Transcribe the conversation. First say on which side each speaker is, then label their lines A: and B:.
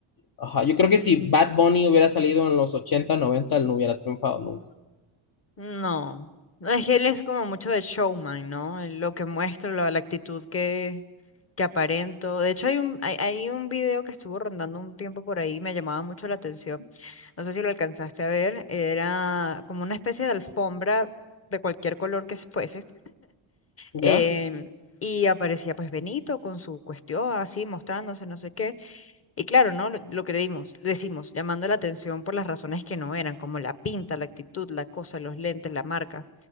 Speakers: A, on the left; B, on the left.
A: ajá, yo creo que si Bad Bunny hubiera salido en los 80 90 él no hubiera triunfado nunca,
B: No, Es que él es como mucho de showman, ¿no? El- Lo que muestro, la, la actitud que, que aparento. De hecho, hay un, hay, hay un video que estuvo rondando un tiempo por ahí, me llamaba mucho la atención. No sé si lo alcanzaste a ver. Era como una especie de alfombra de cualquier color que fuese.
A: ¿ya?
B: em, y aparecía pues Benito con su cuestión así, mostrándose no sé qué. Y claro, ¿no? Lo, lo que dimos- decimos, llamando la atención por las razones que no eran, como la pinta, la actitud, la cosa, los lentes, la marca.